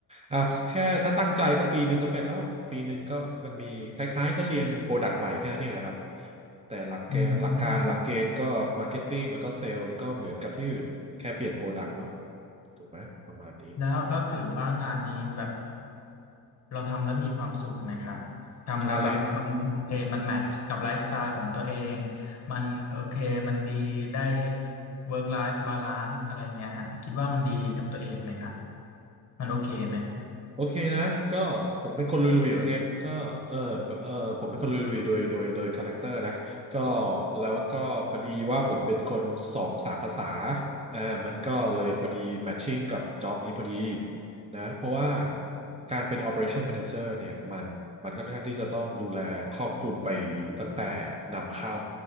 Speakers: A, on the right; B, on the left.
A: อ่าแค่ถ้าตั้งใจก็ปีหนึ่งก็เป็นแล้วปีหนึ่งก็มันมีคล้ายๆก็เรียนโปรดักต์ใหม่แค่นั้นเองอะครับแต่หลักเกณฑ์หลักการหลักเกณฑ์ก็มาร์เก็ตติ้งแล้วก็เซลล์ก็เหมือนกับที่อื่นแค่เปลี่ยนโปรดักต์เนาะ
B: อืม
A: ถูกไหมประมาณนี้
B: แล้วแล้วถือว่างานนี้แบบเราทำแล้วมีความสุขไหมครับทำแล้วแบบเอิ่มโอเคมันแมทช์กับไลฟ์สไตล์ของตัวเอง
A: ชาเลนจ์
B: มันโอเคมันดีได้ work life balance อะไรเงี้ยฮะคิดว่ามันดีกับตัวเองไหมครับมันโอเคไหม
A: โอเคนะก็ผมเป็นคนลุยๆอยู่แล้วไงก็เออเออผมเป็นคนลุยๆโดยโดยโดยคาแรคเตอร์นะก็แล้วก็พอดีว่าผมเป็นคนสองสามภาษาอ่ามันก็เลยพอดีแมทชิ่งกับจ็อบนี้พอดีนะเพราะว่าการเป็น Operation Manager เนี่ยมันมันค่อนข้างที่จะต้องดูแลครอบคลุมไปตั้งแต่นำเข้า